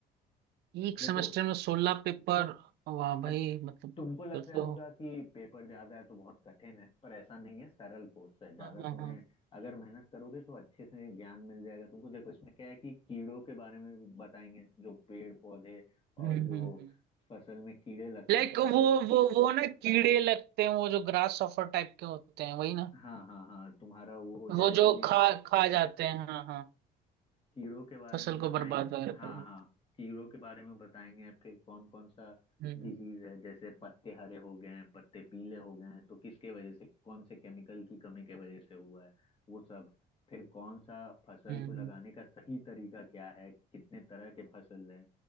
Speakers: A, on the right (about 75°); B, on the left (about 30°).
A: एक
B: देखो
A: सेमेस्टर में सोलह पेपर वाह भाई
B: अ-
A: मतलब
B: तुमको लग
A: फिर
B: रहा
A: तो
B: होगा कि पेपर ज्यादा है तो बहुत कठिन है पर ऐसा नहीं है सरल कोर्स है ज्यादा
A: हाँ हाँ
B: तुम्हें
A: हाँ
B: अगर मेहनत करोगे तो अच्छे से ज्ञान मिल जाएगा तुमको देखो इसमें क्या है कि कीड़ों के बारे में भी बताएंगे जो पेड़ पौधे और
A: हम्म
B: जो
A: हम्म
B: फसल में कीड़े लगते
A: लाइक
B: हैं सारे
A: वो वो वो ना कीड़े लगते हैं वो जो ग्रास सफर टाइप के होते हैं वही ना
B: हाँ हाँ हाँ तुम्हारा वो हो जाएगा
A: वो जो खा खा जाते हैं हाँ हाँ
B: कीड़ों के बारे
A: फसल
B: में बताएंगे
A: को बर्बाद वगैरह कर
B: हाँ
A: देते
B: हाँ कीड़ों के बारे में बताएंगे फिर कौन कौन सा
A: हैं। हम्म
B: डिजीज है जैसे पत्ते हरे हो गए हैं पत्ते पीले हो गए हैं तो किसके वजह से कौन से केमिकल की कमी के वजह से हुआ है वो सब फिर कौन सा फसल
A: हम्म
B: को लगाने
A: हम्म
B: का सही तरीका क्या है कितने तरह के फसल हैं